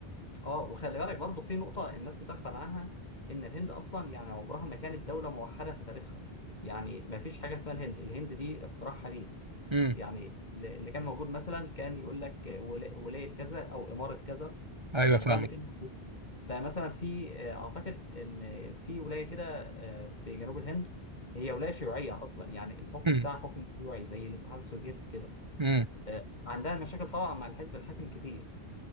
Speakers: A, on the left; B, on the right.
A: اه وخلي بالك برضه في نقطة الناس بتغفل عنها إن الهند أصلا يعني عمرها ما كانت دولة موحدة في تاريخها يعني ما فيش حاجة اسمها الهند الهند دي اختراع حديث
B: مم.
A: يعني اللي كان موجود مثلا كان يقول لك ولا- ولاية كذا أو إمارة كذا
B: ايوه
A: آه،
B: فاهمك
A: ده اللي كان موجود فمثلا في آه، أعتقد إن في ولاية كده آه، في جنوب الهند هي ولاية شيوعية أصلا يعني الحكم
B: مم.
A: بتاعها حكم شيوعي زي الاتحاد السوفيتي كده
B: مم.
A: آه، عندها مشاكل طبعا مع الحزب الحاكم كتير